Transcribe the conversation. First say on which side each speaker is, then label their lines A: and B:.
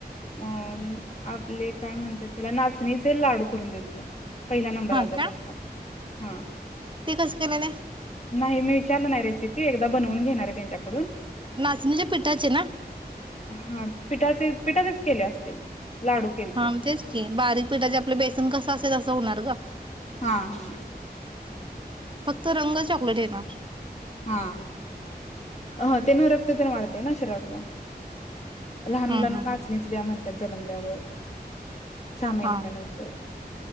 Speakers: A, on the left; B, on the right.
A: अ आपले काय म्हणतात त्याला नाचणीचे लाडू करून दिलत पहिला नंबर
B: हा
A: आलता
B: का
A: त्यांचा हा
B: ते कसं केलेले
A: नाही मी विचारलं नाही रेसिपी एकदा बनवून घेणार आहे त्यांच्याकडून
B: नाचणीच्या पिठाचे ना
A: हा पिठाचे पिठाचेच केले असतील लाडू केलते.
B: हा म्हणजेच की बारीक पिठाचे आपले बेसन कसं असेल असं होणार का
A: हा हा
B: फक्त रंग चॉकलेट येणार
A: हा अ ते ना रक्त तेन वाढतय ना शरीरातला लहान
B: हम्
A: मुलांना
B: हम
A: नाचणीच
B: हम
A: द्या म्हणते त्यात जलमल्यावर सा महिन्यानंतर
B: हा.